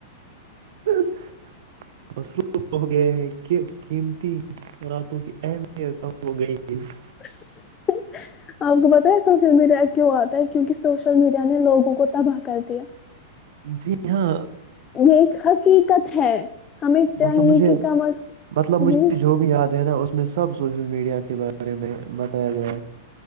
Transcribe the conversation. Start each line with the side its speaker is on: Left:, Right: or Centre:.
Right: <unintelligible> <unintelligible>
Left: <unintelligible>
Right: جی ہاں
Left: یہ حقیقت ہے <unintelligible>
Right: مطلب مجھے مطلب مجھے جو بھی یاد ہے نا اس میں سب سوشل میڈیا کے بارے بارے میں بتایا گیا